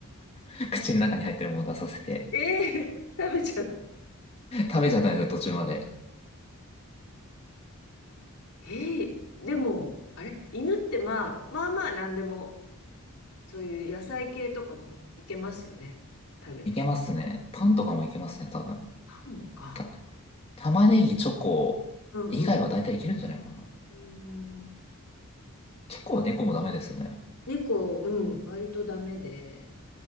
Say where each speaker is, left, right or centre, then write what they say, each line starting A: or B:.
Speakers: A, on the left (about 25°); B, on the left (about 75°).
A: <laughs> 口の中に入ってるものを出させて、
B: ええ食べちゃった。
A: 食べちゃったんですよ、途中まで。
B: ええでも、あれ、犬ってまあ、まあまあ何でも、そういう野菜系とかもいけますよね。食べて。
A: いけますね。パンとかもいけますね、多分。
B: パンもか。
A: た、玉ねぎ、チョコ以外は大体いけるんじゃないかな。
B: うんうん。
A: チョコは猫もダメですよね。
B: 猫、うん、割とダメで、